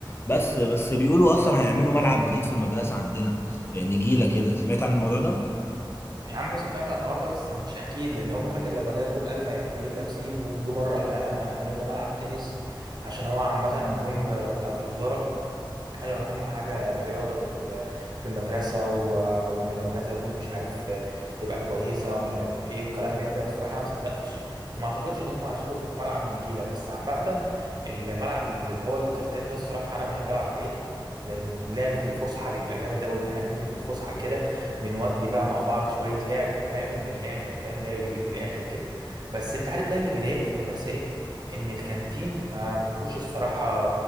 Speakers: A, on the left; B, on the right.
A: بس بس بيقولوا اصلا هيعملوا ملعب جديد في المدرسة عندنا نجيله كده سمعت عن الموضوع ده
B: يا عم سمعت عن الحوار ده بس مش اكيد لان هم فاكر لما جا جم قالوا هيعملوا لنا بسين وجم مره قالوا هيعملوا هيعملوا لنا ملعب تنس عشان هو عامه جم بتاعه الوزاره قال له اهم حاجه الرياضه في ال- في المدرسه و... وان المدرسه لازم مش عارف تبقى كويسه ومش عارف ايه وكلام من ده الصراحه انا ما صدقتش وما اعتقدش ان هم هيصرفوا في ملعب نجيله بس عامه الملعب اللي هو الترتان ده الصراحه انا بحب العب عليه لأن اللعب في الفسحه بيبقى جامد قوي ان احنا ننزل في الفسحه كده بنودي بقى مع بعض شويه لعب فاهم من الاخر فاهم لعب بيجيب من الاخر كده بس انت عارف بقى اللي بيضايقني في المدرسه ايه ان الكانتين آه، ما فيهوش الصراحه